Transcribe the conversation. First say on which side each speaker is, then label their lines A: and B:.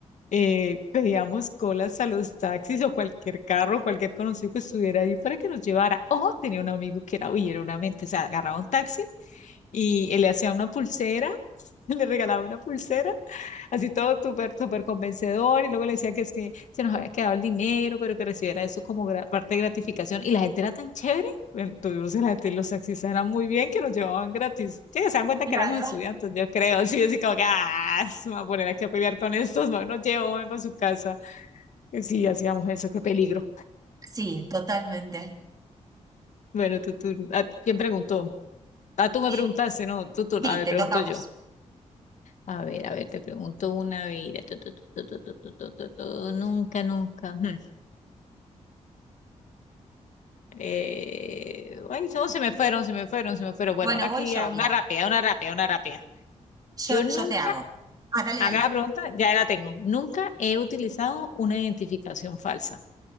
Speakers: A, on the left; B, on the right.
A: eh, pedíamos colas a los taxis o cualquier carro, cualquier conocido que estuviera ahí para que nos llevara. O tenía un amigo que era, uy, era una mente, o sea, agarraba un taxi y él le hacía una pulsera, <laughs> le regalaba una pulsera, así todo súper, súper convencedor, y luego le decía que es que se nos había quedado el dinero, pero que recibiera eso como gra- parte de gratificación, y la gente era tan chévere, bueno, tuvimos la gente, los taxistas eran muy bien, que nos llevaban gratis, sí, se dan cuenta
B: Claro.
A: que éramos estudiantes, yo creo, <laughs> sí, así como que, ah, se me va a poner aquí a pelear con estos, no, nos llevo para su casa, Y sí, hacíamos eso, qué peligro.
B: Sí, totalmente.
A: Bueno, tú, tú, ¿a quién preguntó? Ah, tú me
B: Eh,
A: preguntaste, no, tú, tú,
B: sí,
A: a ver,
B: te
A: pregunto
B: toca a vos.
A: yo. A ver, a ver, te pregunto una vida. Tu, tu, tu, tu, tu, tu, tu, tu, tu, Nunca, nunca. <laughs> ujú. Eh, ay, no, se me fueron, se me fueron, se me fueron. Bueno,
B: Bueno,
A: una aquí,
B: voy yo,
A: ah,
B: mira,
A: una rápida, una rápida, una rápida.
B: yo,
A: Yo nunca,
B: yo te hago. Ah, dale,
A: a
B: dale.
A: mí la pregunta, ya la tengo. Nunca he utilizado una identificación falsa.